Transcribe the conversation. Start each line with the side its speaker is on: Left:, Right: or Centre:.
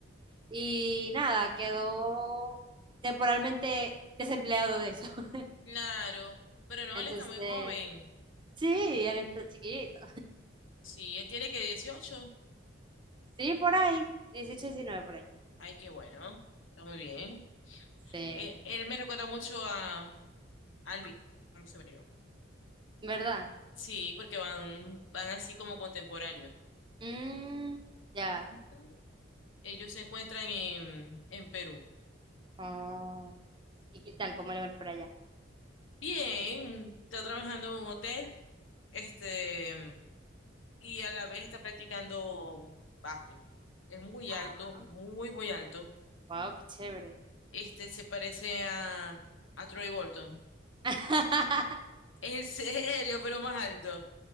Right: y nada, quedó temporalmente desempleado de eso. <laughs>
Left: Claro. Pero no,
Right: Entonces,
Left: él está muy joven.
Right: sí, él está chiquito.
Left: Sí, él tiene que 18.
Right: Sí, por ahí, 18, 19 por ahí.
Left: Ay, qué bueno. Está muy bien.
Right: Sí,
Left: Eh, él me recuerda mucho a, a Luis, a mi sobrino.
Right: ¿verdad?
Left: Sí, porque van, van así como contemporáneos.
Right: Mm, ya.
Left: Ujú. Ellos se encuentran en, en Perú.
Right: Oh. ¿Y qué tal? ¿Cómo le va por allá?
Left: Bien, está trabajando en un hotel. Este, y a la vez está practicando básquet. Es muy
Right: Ah,
Left: alto, muy, muy alto.
Right: wow, qué chévere.
Left: Este se parece a, a Troy Bolton.
Right: <laughs>
Left: En serio, pero más alto.